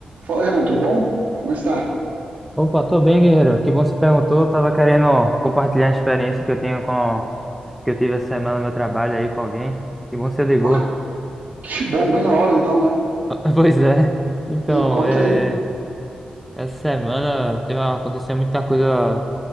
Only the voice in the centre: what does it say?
Opa, tô bem, guerreiro. Que bom que você perguntou. Eu tava querendo compartilhar a experiência que eu tenho com que eu tive essa semana no meu trabalho aí com alguém. Que bom que você ligou.
<laughs> Pois é. Então,
é...
essa semana teve... uma- aconteceu muita coisa